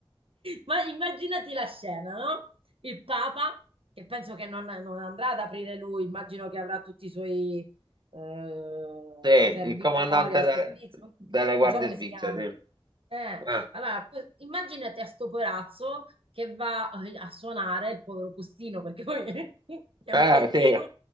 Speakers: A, on the right; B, on the right.
A: Ma immaginati la scena, no? Il Papa, che penso che non, non andrà ad aprire lui, immagino che avrà tutti i suoi eh,
B: Sì,
A: servitori
B: il comandante
A: al
B: de-
A: servizio,
B: delle guardie
A: non so come
B: svizzere,
A: si chiama. Eh,
B: sì. Eh,
A: allora, que- immaginate a sto porazzo che va eh, a suonare il povero postino, perché poi <laughs> è
B: eh,
A: un postino,
B: sì,